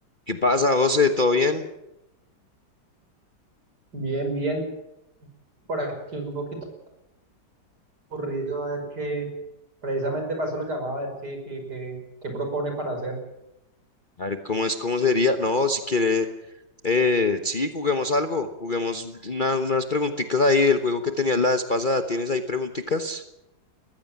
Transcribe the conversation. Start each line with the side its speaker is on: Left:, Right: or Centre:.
Left: ¿Qué pasa, José? ¿Todo bien?
Right: Bien, bien, por aquí un poquito aburrido, a ver qué, precisamente para eso lo llamaba, a ver qué, qué, qué, qué propone para hacer.
Left: A ver, ¿cómo es? ¿Cómo sería? No, si quiere, eh, sí, juguemos algo. Juguemos una- unas preguntitas ahí del juego que tenías la vez pasada. ¿Tienes ahí preguntitas?